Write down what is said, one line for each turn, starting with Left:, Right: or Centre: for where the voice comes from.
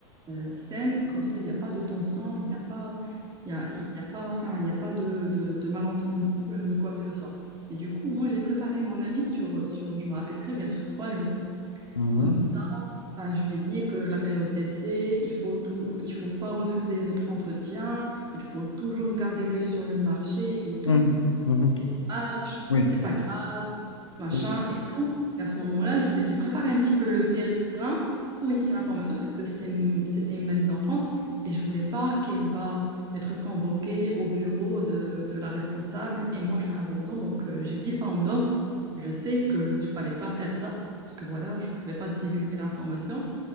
Right: euh, saine, comme ça il n'y a pas de tension, il n'y a pas, il y a, il y a pas, enfin, il n'y a pas de, de, de malentendu euh, ni quoi que ce soit. Et du coup, moi j'ai préparé mon ami sur, sur, je me rappelle très bien, sur trois jours.
Left: Mhm.
Right: Comme ça, euh, je lui ai dit que la période d'essai, il faut tout, il faut pas refuser les autres entretiens, il faut toujours garder l'œil sur le marché et tout
Left: Mhm. Mhm. Mhm.
Right: et ça marche,
Left: Oui.
Right: c'est pas grave, machin
Left: Oui.
Right: et tout. Et à ce moment-là, j'ai j'ai préparé un petit peu le terrain pour initier l'information parce que c'est, c'était une amie d'enfance et je voulais pas qu'elle va être convoquée au bureau de, de la responsable et moi je travaille dedans. Donc euh, j'ai dit ça en off. Je sais qu'il fallait pas faire ça parce que voilà, je pouvais pas divulguer l'information.